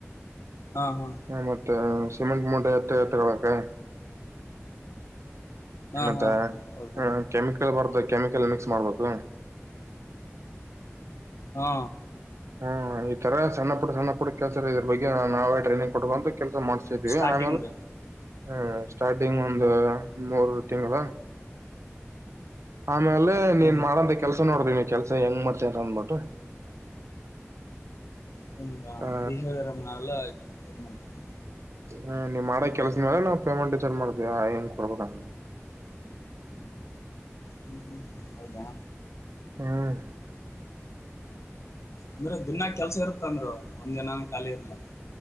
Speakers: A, on the left (about 75°); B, on the right (about 75°).
A: ಹಾ ಹಾ
B: ಹ ಮತ್ತೆ ಸಿಮೆಂಟ್ ಮೂಟೆ ಎತ್ತ ಎತ್ತಬೇಕು
A: ಹಾ
B: ಮತ್ತೆ
A: ಹಾ ಹೌದಾ
B: ಹ ಕೆಮಿಕಲ್ ಬರ್ದ ಕೆಮಿಕಲ್ ಮಿಕ್ಸ್ ಮಾಡ್ಬೇಕು
A: ಹಾ
B: ಹ್ಮ್ ಈತರ ಸಣ್ಣ ಪುಟ್ಟ ಸಣ್ಣ ಪುಟ್ಟ ಕೆಲಸರ ಇದ್ರ ಬಗ್ಗೆ ನಾವೇ
A: ಎಂತ
B: ಟ್ರೈನಿಂಗ್ ಕೊಡ್ಕಂತು ಕೆಲಸ ಮಾಡ್ಸ್ತಿದೀವಿ
A: ಸ್ಟಾರ್ಟಿಂಗ್
B: ಆಮೇಲೆ ಹ್ಮ ಸ್ಟಾರ್ಟಿಂಗ್ ಒಂದು ಮೂರು ತಿಂಗಳ ಆಮೇಲೆ
A: ಹ್ಮ
B: ನೀನ್ ಮಾಡಂತ ಕೆಲ್ಸ ನೋಡ್ರಿನಿ ಕೆಲ್ಸ ಹೆಂಗ್ ಮಾಡ್ತ ಅಂತ ಅಂದ್ಬಿಟ್ಟು
A: ನಿನ್ನ
B: ಹ
A: ಬೆಹವಿರ್ ಮೇಲೆ ಇದು ಮಾಡ್ತಾರೆ
B: ಹ ನೀವ್ ಮಾಡ
A: ಹ್ಮ್
B: ಕೆಲ್ಸ ಮೇಲೆ ನಾವು ಪೇಮೆಂಟ್ ಚಾರ್ಜ್ ಮಾಡ್ತೀಯ ಹೆಂಗ್ ಕೊಡ್ಬೇಕ
A: ಹ್ಮ್ ಹ್ಮ್ ಹ್ಮ್ ಹೌದಾ
B: ಹೂನ್
A: ಅಂದ್ರೆ ದಿನಾ ಕೆಲ್ಸ ಇರುತ್ತಂದರು ಒಂದ್ ದಿನಾನು ಖಾಲಿ ಇರ್ಲ